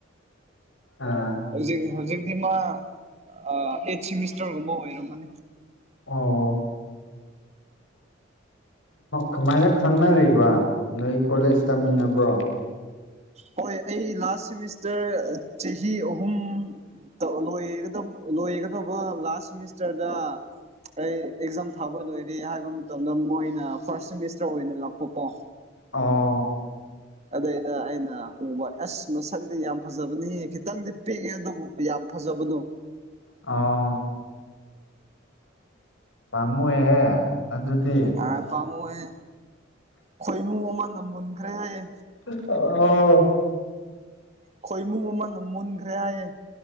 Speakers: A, on the left; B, on the right.
A: ꯑꯥ
B: ꯍꯧꯖꯤꯛ ꯍꯧꯖꯤꯛꯇꯤ ꯃꯥ ꯑ ꯑꯩꯠ ꯁꯦꯃꯤꯁꯇꯔꯒꯨꯝꯕ ꯑꯣꯏꯔꯝꯒꯅꯤ
A: ꯑꯣ ꯀꯃꯥꯏꯅ ꯈꯪꯅꯔꯤꯕ ꯅꯣꯏ ꯀꯣꯂꯦꯖ ꯇꯝꯃꯤꯟꯅꯕ꯭ꯔꯣ
B: ꯍꯣꯏ ꯑꯩ ꯂꯥꯁ ꯁꯤꯃꯤꯁꯇꯔ ꯆꯍꯤ ꯑꯍꯨꯝ ꯇꯧ ꯂꯣꯏꯒꯗꯧ ꯂꯣꯏꯒꯗꯧꯕ ꯂꯥꯁ ꯁꯤꯃꯤꯁꯇꯔꯗ ꯑꯩ ꯑꯦꯛꯖꯥꯝ ꯊꯥꯕ ꯂꯣꯏꯔꯦ ꯍꯥꯏꯕ ꯃꯇꯝꯗ ꯃꯣꯏꯅ ꯐꯥꯔꯁ ꯁꯦꯃꯤꯁꯇꯔ ꯑꯣꯏꯅ ꯂꯥꯛꯄꯀꯣ
A: ꯑꯥ
B: ꯑꯗꯩꯗ ꯑꯩꯅ ꯎꯕ ꯑꯁ ꯃꯁꯛꯇꯤ ꯌꯥꯝ ꯐꯖꯕꯅꯤꯍꯦ ꯈꯤꯇꯪꯗꯤ ꯄꯤꯛꯑꯦ ꯑꯗꯨꯕꯨ ꯌꯥꯝ ꯐꯖꯕꯗꯣ
A: ꯑꯥꯎ ꯄꯥꯝꯃꯨꯏꯍꯦ ꯑꯗꯨꯗꯤ
B: ꯑꯥ ꯄꯥꯝꯃꯨꯍꯦ ꯈꯣꯏꯃꯨ ꯑꯃꯅ ꯃꯨꯟꯈꯔꯦ ꯍꯥꯏꯌꯦ
A: ꯑꯣ
B: ꯈꯣꯏꯃꯨ ꯑꯃꯅ ꯃꯨꯟꯈ꯭ꯔꯦ ꯍꯥꯏꯌꯦ